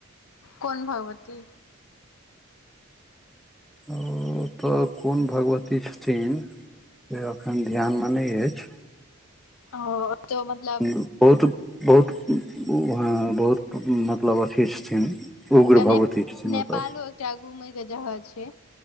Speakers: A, on the left; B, in the centre.
A: कोनो भगवती
B: ओ तऽ कोन भगवती छथिन <inaudible> से एखन ध्यान में नै अछि
A: <unintelligible> मतलब
B: <unintelligible>
A: तऽ
B: भगवती
A: ने
B: छथिन
A: नेपालो
B: ओतऽ
A: एकटा घूमे कऽ जगह छै